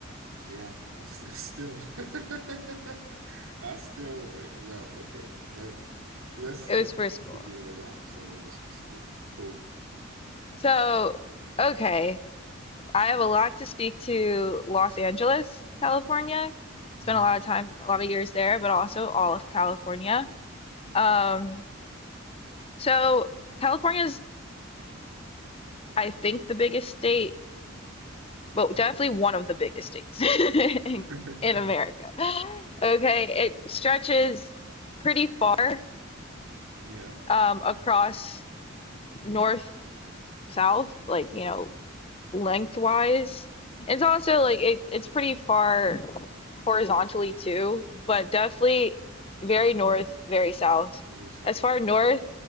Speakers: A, on the right; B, on the left.
A: Yeah, <laughs> still, <laughs> I still, eh, well, okay, that's let's
B: It was
A: let's
B: for school.
A: agree with that. So it was for school, cool.
B: So, okay. I have a lot to speak to Los Angeles, California.
A: hmm
B: Spent a lot of time, a lot of years there, but also all of California. Um, so California is, I think, the biggest state, but definitely one of the biggest states <laughs> in,
A: <laughs>
B: in America. Okay, it stretches pretty far
A: Yeah,
B: um, across north, south, like, you know, lengthwise. It's also like it, it's pretty far horizontally too, but definitely very north, very south.
A: very so.
B: As far north